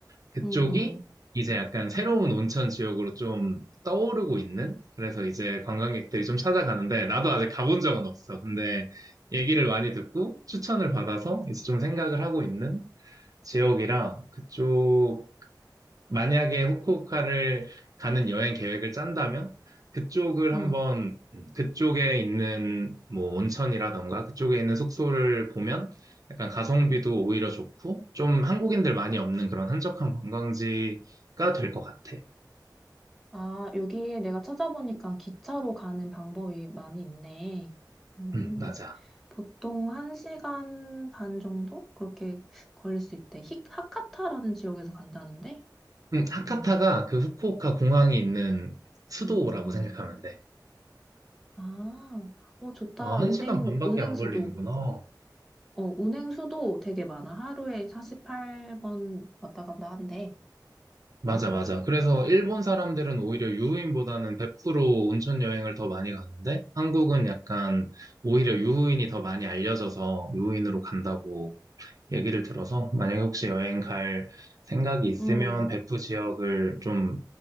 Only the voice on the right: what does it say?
그쪽이
이제 약간 새로운 온천 지역으로 좀 떠오르고 있는? 그래서 이제 관광객들이 좀 찾아가는데, 나도 아직 가본 적은 없어. 근데 얘기를 많이 듣고 추천을 받아서 이제 좀 생각을 하고 있는 지역이라 그쪽 만약에 후쿠오카를 가는 여행 계획을 짠다면 그쪽을 한번
음, 그쪽에 있는 뭐 온천이라던가 그쪽에 있는 숙소를 보면 약간 가성비도 오히려 좋고 좀 한국인들 많이 없는 그런 한적한 관광지가 될 것 같아.
음, 맞아.
음, 하카타가
그 후쿠오카 공항이 있는 수도라고
생각하면 돼.
어, 한
시간 반밖에
안 걸리는구나.
맞아,
맞아. 그래서 일본 사람들은 오히려 유후인보다는 베0로 온천 여행을 더 많이 가는데, 한국은 약간 오히려 유후인이 더 많이 알려져서 유후인으로 간다고 얘기를 들어서, 만약에 혹시 여행 갈 생각이 있으면
베프 지역을 좀